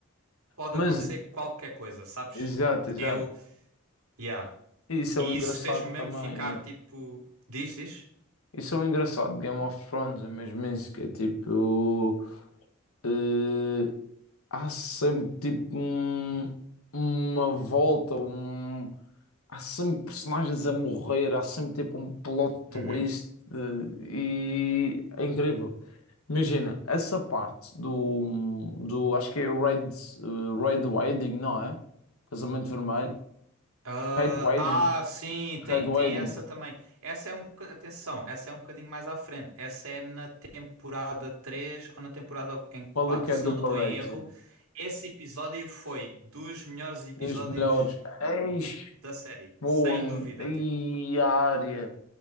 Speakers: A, on the right; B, on the left.
A: pode
B: Mas,
A: acontecer qualquer coisa, sabes?
B: exato, exato.
A: Eu, yeah.
B: E Isso
A: E
B: é o engraçado
A: isso fez-me mesmo
B: também,
A: ficar
B: é.
A: tipo, diz, diz?
B: Isso é o engraçado de Game of Thrones, é mesmo isso, que é tipo. eh, há sempre tipo um- uma volta, um, há sempre personagens a morrer, há sempre tipo um plot twist
A: Uhum.
B: eh, e é incrível. Imagina, essa parte do, do acho que é Red, eh, Red Wedding, não é? Casamento Vermelho.
A: ah,
B: Red Wedding,
A: ah, sim,
B: Red
A: tem,
B: Wedding.
A: tem essa também. Essa é um bocadinho, atenção, essa é um bocadinho mais à frente. Essa é na temporada 3 ou na temporada em 4,
B: Qual é que é
A: se
B: a double
A: não estou
B: rating?
A: em erro. Esse episódio foi dos melhores episódios
B: Dos melhores. Eis,
A: da série,
B: bom,
A: sem dúvida.
B: e
A: Tipo,
B: a área.